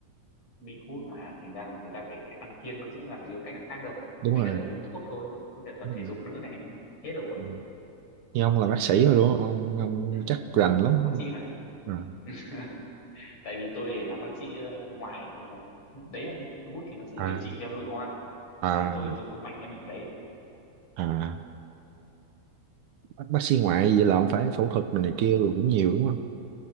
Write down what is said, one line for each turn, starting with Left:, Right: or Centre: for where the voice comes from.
Left: bị gút mà thành ra là người ta phải ăn kiêng nữa chứ làm gì có cách nào khác đâu
Right: đúng
Left: mới cả
Right: rồi,
Left: là uống thuốc thôi mới cả tập
Right: đúng
Left: thể
Right: rồi.
Left: dục nữa này hết rồi
Right: Ừ. như ông là bác sĩ
Left: chứ
Right: rồi đúng
Left: ừ,
Right: không ông, ông
Left: ừ,
Right: chắc rành
Left: đúng rồi
Right: lắm
Left: tôi làm bác sĩ mà
Right: à
Left: <laughs> tại vì tôi làm bác sĩ ờ, ngoại nên là đấy là gút thì nó sẽ
Right: à
Left: điều trị theo nội khoa
Right: à,
Left: nên là tôi tôi không mạnh cái mảng đấy
Right: à. Bác, bác sĩ ngoại vậy là ông phải phẫu thuật này, này kia rồi cũng nhiều đúng không